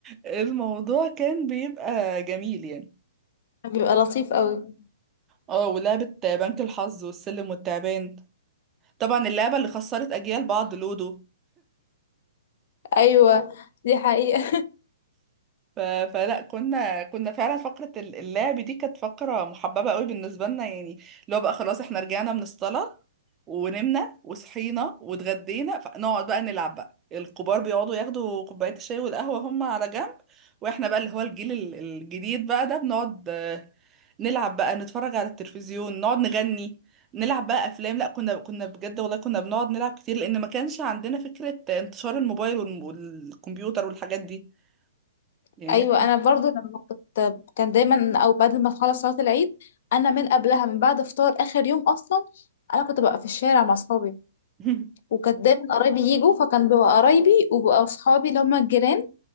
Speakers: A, on the right; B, on the left.
A: الموضوع كان بيبقى جميل يعني
B: بيبقى لطيف قوي
A: اه ولعبة بنك الحظ والسلم والتعبان طبعا اللعبة اللي خسرت أجيال بعض لودو
B: ايوه دي حقيقة
A: ف... فلا كنا كنا فعلا فقرة ال- اللعب دي كانت فقرة محببة قوي بالنسبة لنا يعني اللي هو بقى خلاص احنا رجعنا من الصلاة ونمنا وصحينا واتغدينا فنقعد بقى نلعب بقى الكبار بيقعدوا ياخدوا كوباية الشاي والقهوة هم على جنب واحنا بقى اللي هو الجيل ال- الجديد بقى ده بنقعد آه، نلعب بقى نتفرج على التلفزيون نقعد نغني نلعب بقى افلام لا كنا كنا بجد والله كنا بنقعد نلعب كتير لان ما كانش عندنا فكرة انتشار الموبايل والم- والكمبيوتر والحاجات دي
B: <laughs>
A: يعني
B: ايوه انا برضو لما كنت كان دايما او بعد ما تخلص صلاة العيد انا من قبلها من بعد فطار اخر يوم اصلا انا كنت ببقى في الشارع مع اصحابي
A: <laughs>
B: وكانت دايما قرايبي يجوا فكان بيبقى قرايبي وبقى اصحابي اللي هم الجيران